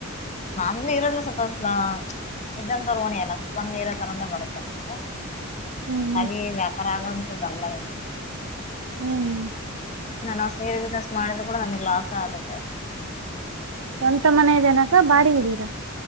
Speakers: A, on the left; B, on the right.
A: ನಮ್ದು ಇರೋದ್ರ ಸ್ವಲ್ಪಲ ಇದ್ದಂತಗಣಿ ಎಲ್ಲ ಕಮ್ಮಿ ಇರೋ ತರನೇ ಬರುತ್ತೆ ನಮ್ದು.
B: ಹ್ಮ್
A: ಅಷ್ಟಾಗಿ ವ್ಯಾಪಾರ ಆಗಂತು ಬಲ್ಲ ಇದೆ.
B: ಹ್ಮ್.
A: ನಾವು ಸೇರಿ ಬಿಸ್ನೆಸ್ ಮಾಡಿದರೂ ಕೂಡ ನಮಗೆ ಲಾಸ ಆಗುತ್ತೆ.
B: ಸ್ವಂತ ಮನೆದೆನಕ ಬಾಡಿಗೆ ಇದ್ದೀರಾ.